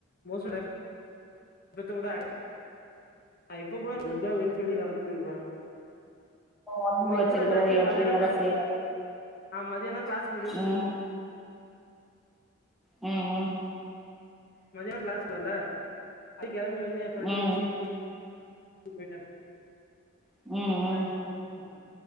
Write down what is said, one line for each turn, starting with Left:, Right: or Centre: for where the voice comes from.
Left: மோஸ்ட்லி தூக்கத்த வுட அடி நா இப்ப கூட <unintelligible> வெளிய நடந்து போயிடுவ
Centre: ஒடம்பு
Left: இன்னைக்கி
Centre: வச்சிருக்கிற
Left: கூட என்னாச்சு
Centre: எப்டி
Left: மதியானோ
Centre: வேல செய்ற
Left: மதியானோ கிளாஸ் முடிஞ்ச்சு
Centre: ம் ம் ம்
Left: மதியான கிளாஸ் இல்லல்ல அது கெளம்பி வந் து எ ஃப்ரெண்டையு
Centre: ம்
Left: புடிச்சு இழுத்து கூட்டு போய்ட்ட
Centre: ம், ம்
Left: போயிட்டே